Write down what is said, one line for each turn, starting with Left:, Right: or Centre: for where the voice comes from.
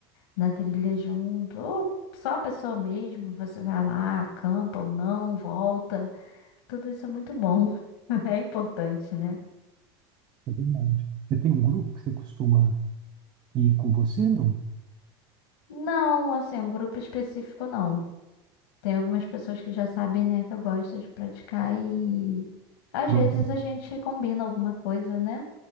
Left: na trilha junto, ou só a pessoa mesmo, você vai lá, acampa ou não, volta. Tudo isso é muito bom. <laughs> É importante, né?
Right: É verdade. Você tem um grupo que você costuma ir com você, não?
Left: Não, assim, um grupo específico não. Tem algumas pessoas que já sabem, né, que eu gosto de praticar e às
Right: Vão
Left: vezes
Right: com...
Left: a gente combina alguma coisa, né?